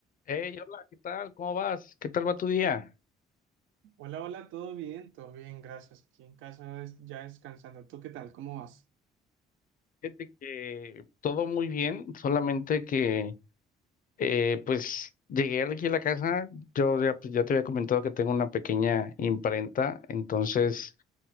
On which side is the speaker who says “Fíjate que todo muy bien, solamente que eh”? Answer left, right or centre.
Left